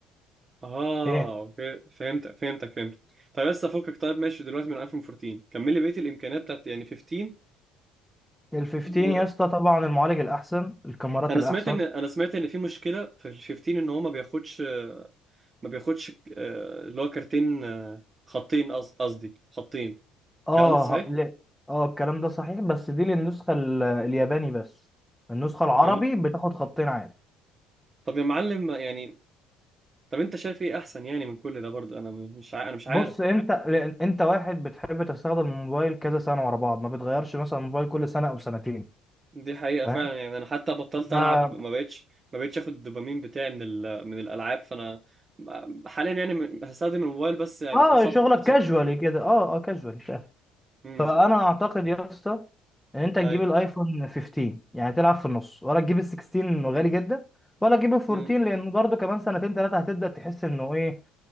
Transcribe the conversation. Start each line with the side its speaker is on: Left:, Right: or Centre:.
Right: اه
Centre: إيه
Right: اوكي فهمتك فهمتك فهمتك طب بس افكك طيب ماشي دلوقتي من 2014 كمل لي بقية الامكانيات بتاعت يعني 15
Centre: ال 15
Right: و...
Centre: يا اسطى طبعا المعالج الاحسن الكاميرات
Right: انا
Centre: الاحسن
Right: سمعت ان انا سمعت ان في مشكلة في ال 15 ان هو ما بياخدش ما بياخدش آه، اللي هو كارتين آه، خطين قص- قصدي خطين
Centre: اه
Right: الكلام ده صحيح؟
Centre: ه- لا اه الكلام ده صحيح بس دي للنسخه ال- الياباني بس النسخه العربي
Right: يعني-
Centre: بتاخد خطين عادي
Right: طب يا معلم يعني طب انت شايف ايه احسن يعني من كل ده برضه انا مش ع... انا مش عارف
Centre: بص انت لأن انت واحد بتحب تستخدم الموبايل كذا سنه ورا بعض ما بتغيرش مثلا الموبايل كل سنه او سنتين
Right: دي حقيقة
Centre: فاهم
Right: فعلا يعني انا حتى بطلت
Centre: ف-
Right: العب ما بقتش ما بقتش اخد الدوبامين بتاعي من ال... من الالعاب فانا حاليا يعني م- هستخدم الموبايل بس يعني
Centre: اه
Right: تصفح
Centre: شغلك
Right: تصفح
Centre: كاجوالي كده اه اه كاجوالي
Right: امم
Centre: فانا اعتقد يا اسطى ان انت تجيب
Right: اي
Centre: الايفون 15 يعني تلعب في النص ولا تجيب ال 16 انه غالي جدا ولا تجيب ال 14
Right: امم
Centre: لانه برضه كمان سنتين ثلاثه هتبدا تحس انه ايه